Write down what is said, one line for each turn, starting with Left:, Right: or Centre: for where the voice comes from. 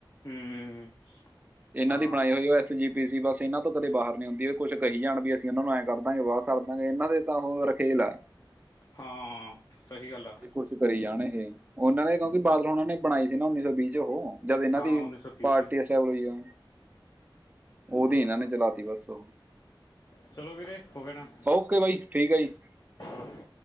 Left: ਹੂੰ
Right: ਇਹਨਾਂ
Left: ਹਾਂ
Right: ਦੀ ਬਣਾਈ ਹੋਈ ਏ। ਜੀ ਪੀ ਸੀ ਬਸ ਇਹਨਾਂ ਤੋਂ ਕਦੇ ਬਾਰ ਨੀ ਆਉਂਦੀ ਕੁਛ ਕਹੀ ਜਾਣ ਵੀ ਅਸੀਂ ਇਹਨਾਂ ਨੂੰ ਐਂ ਕਰ ਦਾਂਗੇ ਵਾਹ ਕਰ ਦਾਂਗੇ ਇਹਨਾਂ ਦੇ ਤਾਂ ਹੋਰ ਖੇਲਾ
Left: ਹਾਂ ਸਹੀ ਗੱਲ ਆ।
Right: ਇਹ ਕੁਝ ਕਰੀ ਜਾਣ ਇਹ ਉਹਨਾਂ ਨੇ ਕਿਉਂਕਿ ਬਾਦਲ ਉਹਨਾਂ ਨੇ ਬਣਾਈ ਸੀ ਨਾ ਉੱਨੀ ਸੌ ਵੀਹ 'ਚ ਉਹ ਜਦ ਇਹਨਾਂ
Left: ਹਾਂ
Right: ਦੀ
Left: ਉੱਨੀ ਸੌ ਵੀਹ
Right: ਪਾਰਟੀ
Left: 'ਚ
Right: ਐਸਬਲ ਹੋਈ ਆ। ਉਹਦੀ
Left: ਹਾਂ
Right: ਇਹਨਾਂ ਨੇ ਚਲਾ ਬਸ ਓ
Left: ਚਲੋ ਵੀਰੇ ਹੋ ਗਿਆ ਟਾਈਮ
Right: ਓਕੇ ਬਾਈ ਠੀਕ ਹੈ ਜੀ।
Left: ਓਕੇ